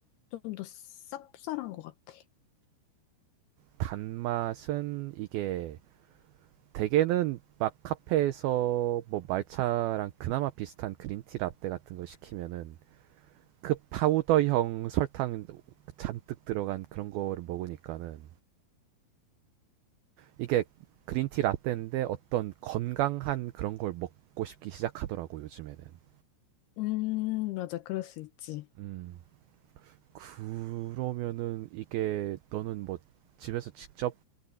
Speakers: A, on the left; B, on the right.
A: 좀 더 쌉쌀한 것 같아.
B: 단맛은 이게 대개는 막 카페에서 뭐 말차랑 그나마 비슷한 그린티 라떼 같은 거 시키면은 그 파우더형 설탕 잔뜩 들어간 그런 거를 먹으니까는 이게 그린티 라떼인데 어떤 건강한 그런 걸 먹고 싶기 시작하더라고 요즘에는.
A: 음, 맞아, 그럴 수 있지.
B: 음. 그러면은 이게 너는 뭐 집에서 직접